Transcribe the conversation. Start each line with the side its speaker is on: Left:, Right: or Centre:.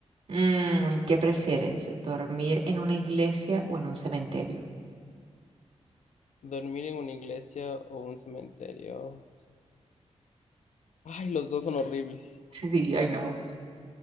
Right: Mm, ¿qué prefieres? ¿Dormir en una iglesia o en un cementerio?
Left: Dormir en una iglesia o un cementerio. Ay, los dos son horribles.
Right: Sí, sí, I know.